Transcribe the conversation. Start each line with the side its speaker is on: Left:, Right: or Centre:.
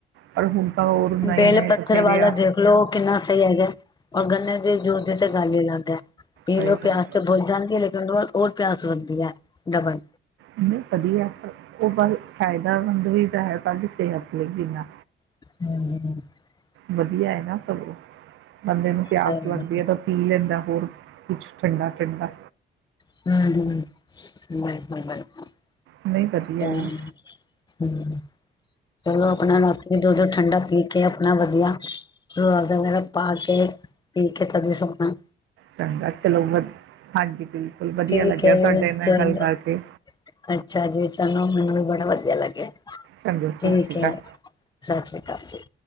Right: ਪਰ ਹੁਣ ਤਾਂ ਹੋਰ ਨਏ
Left: ਬੇਲ
Right: ਨਏ
Left: ਪੱਥਰ
Right: ਬਥੇਰੇ
Left: ਵਾਲਾ
Right: ਆ
Left: ਦੇਖਲੋ ਕਿੰਨਾ ਸਹੀ ਹੈਗਾ। ਔਰ ਗੰਨੇ ਦੀ ਜੂਸ ਦੀ ਤੇ ਗਲ ਹੀ ਅਲਗ ਹੈ। ਪੀਲੋ
Right: ਸਹੀ
Left: ਪਿਆਸ
Right: ਗੱਲ
Left: ਤੇ ਬੁਝ ਜਾਂਦੀ ਏ। ਮਿਨਟ ਬਾਅਦ ਔਰ ਪਿਆਸ ਵੱਦ੍ਦੀ ਹੈ ਡਬਲ
Right: ਇਨੇ ਵਧੀਆ ਪਰ ਉਹ ਬ ਫਾਇਦੇਮੰਦ ਵੀ ਤਾਂ ਹੈ ਸਾਡੀ ਸਿਹਤ ਲਈ ਬਿਨਾ
Left: <inaudible>
Right: ਵਧੀਆ ਹੈ ਨਾ ਸਗੋਂ ਬੰਦੇ ਨੂੰ ਪਿਆਸ
Left: ਸਹੀ
Right: ਲੱਗਦੀ
Left: ਗੱਲ
Right: ਹੈ ਤਾਂ ਪੀ ਲੈਂਦਾ। ਹੋਰ ਕੁਛ ਠੰਡਾ ਠੰਡਾ
Left: ਹੂੰ- ਹੂੰ <inaudible> ਬਿਲਕੁਲ
Right: ਨਹੀਂ ਵਧੀਆ
Left: -ਬਿਲਕੁਲ
Right: ਹੈ
Left: <inaudible> ਚਲੋ ਆਪਣਾ ਰਾਤ ਵੀ ਦੁ ਦੁਧ ਠੰਡਾ ਪੀ ਕੇ ਆਪਣਾ ਵਧੀਆ ਰੁਹਅਫਜਾ ਵਗੈਰਾ ਪਾ ਕੇ ਪੀ ਕੇ ਅਜੇ ਸਭਨਾ
Right: ਚੰਗਾ ਚਲੋ ਵ ਹਾਂਜੀ ਬਿਲਕੁਲ ਵਧੀਆ
Left: ਠੀਕ
Right: ਲੱਗਿਆ
Left: ਹੈ
Right: ਤੁਹਾਡੇ ਨਾਲ
Left: ਚਲੋ
Right: ਗੱਲ ਕਰਕੇ।
Left: ਅੱਛਾ ਜੀ ਮੈਨੂੰ <unintelligible> ਵੀ ਬੜਾ ਵਧੀਆ ਲੱਗਿਆ
Right: ਚੰਗਾ
Left: ਠੀਕ
Right: ਸਤਿ ਸ਼੍ਰੀ
Left: ਹੈ
Right: ਅਕਾਲ
Left: । ਸਤਿ ਸ੍ਰੀ ਅਕਾਲ ਜੀ